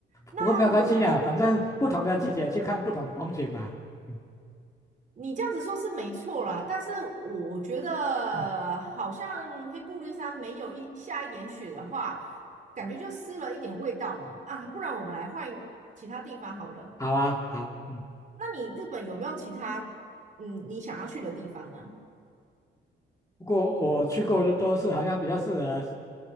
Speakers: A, on the right; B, on the left.
A: 那我觉
B: 不过没有关系的，反正不同的季节去看不同的风景嘛。
A: 嗯，
B: 嗯
A: 你这样子说是没错啦，但是我觉得好像黑布利山没有一下一点雪的话，
B: 嗯，
A: 感觉就失了一点味道呢。啊，不然我们来换其他地方好了。
B: 好啊，好，嗯。
A: 那你日本有没有其他嗯你想要去的地方呢？
B: 不过我去过的都是好像比较适合